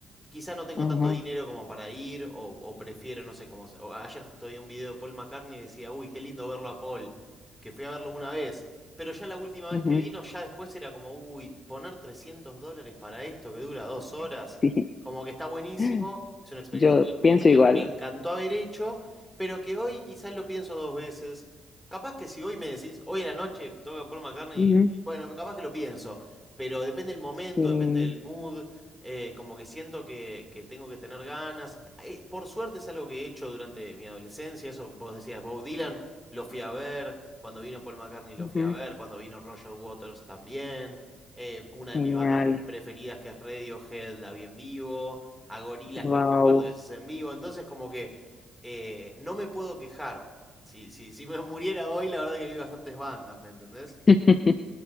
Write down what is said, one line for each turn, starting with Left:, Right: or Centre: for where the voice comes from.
Centre: quizás no tengo
Left: ajá,
Centre: tanto Ujú. dinero como para ir o, o prefiero, no sé, como se- o ayer justo vi un video de Paul McCartney y decía, uy, qué lindo verlo a Paul, que fui a verlo una vez, pero ya la última vez
Left: ujú,
Centre: que vino, ya después era como, uy, poner 300 dólares para esto que dura dos horas,
Left: sí,
Centre: como que está buenísimo,
Left: <laughs>
Centre: es una experiencia
Left: yo
Centre: que me
Left: pienso
Centre: me-
Left: igual.
Centre: me encantó haber hecho. pero que hoy quizás lo pienso dos veces. Capaz que si hoy me decís, hoy en la noche toca Paul McCartney,
Left: Ujú,
Centre: bueno, capaz que lo pienso, pero depende del momento,
Left: sí,
Centre: depende del mood, eh, como que siento que, que tengo que tener ganas. Eh, por suerte es algo que he hecho durante mi adolescencia, eso vos decías, Bob Dylan lo fui a ver, cuando vino Paul McCartney lo
Left: ujú,
Centre: fui a ver, cuando vino Roger Waters también, eh, una de
Left: genial,
Centre: mis bandas pre- preferidas que es Radiohead la vi en vivo, a Gorillaz
Left: wow.
Centre: los vi un par de veces en vivo, entonces como que eh, no me puedo quejar. Si, si, si me muriera hoy, la verdad que vi bastantes bandas, ¿me entendés?
Left: <laughs>